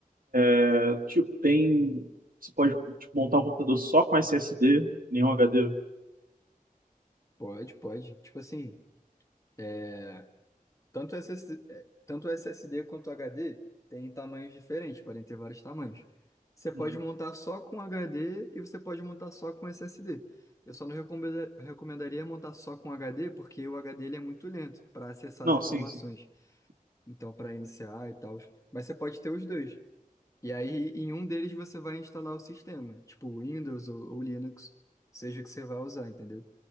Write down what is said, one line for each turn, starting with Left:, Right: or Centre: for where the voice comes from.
Right: É, tipo, tem. Você pode tipo, montar um computador só com SSD, nenhum HD?
Left: Pode, pode. Tipo assim. é, Tanto SS é, tanto o SSD quanto o HD tem tamanhos diferentes, podem ter vários tamanhos. Você pode
Right: Uhum.
Left: montar só com HD e você pode montar só com SSD. Eu só não recomenda- recomendaria montar só com HD, porque o HD ele é muito lento para acessar
Right: Não,
Left: as informações.
Right: sim, sim.
Left: Então, para iniciar e tal. Mas você pode ter os dois. E aí, em um deles, você vai instalar o sistema, tipo Windows ou, ou Linux, seja o que você vai usar, entendeu?